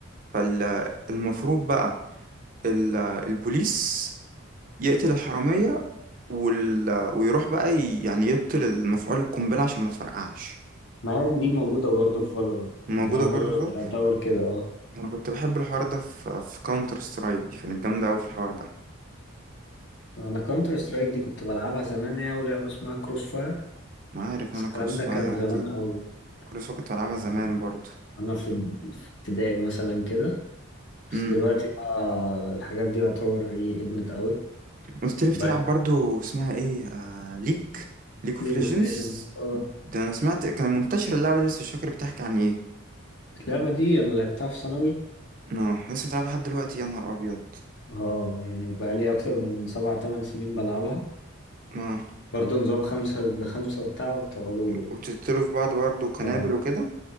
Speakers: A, on the right (about 40°); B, on the left (about 55°).
A: فالمفروض بقى ال... البوليس يقتل الحرامية وال... ويروح بقى ي... يعني يبطل المفعول القنبلة عشان ما تفرقعش
B: ما هي دي موجودة برضه في فالورانت
A: موجودة
B: يعني هي فالورانت
A: برضه
B: يعتبر كده اه
A: انا كنت بحب الحوار ده في في كاونتر سترايك دي كانت جامده قوي في الحوار ده
B: أنا كونتر سترايك دي كنت بلعبها زمان هي ولعبة اسمها كروس فاير
A: ما عارف
B: بس
A: انا
B: الكلام
A: كروس
B: ده
A: فاير
B: كان زمان
A: دي
B: قوي
A: كروس فاير كنت بلعبها
B: يعني
A: زمان برضو
B: انا في في ابتدائي مثلا كده بس
A: امم
B: دلوقتي بقى الحاجات دي يعتبر ايه ادمت قوي
A: قلت لي بتلعب
B: مبقاش
A: برضو اسمها ايه آه... ليج ليج اوف
B: ليج
A: ليجندز
B: اوف ليجندز اه
A: ده انا سمعت كان منتشر اللعبه دي بس مش فاكر بتحكي عن ايه
B: اللعبة دي انا لعبتها في ثانوي
A: اه لسه بتلعبها لحد دلوقتي يا نهار ابيض
B: اه يعني بقى لي اكتر من سبع تمن سنين بلعبها
A: اه
B: برضه نظام خمسة ضد خمسة وبتاع وبتقعدوا
A: وتقتلوا في بعض برضو كنابل
B: اه
A: وكده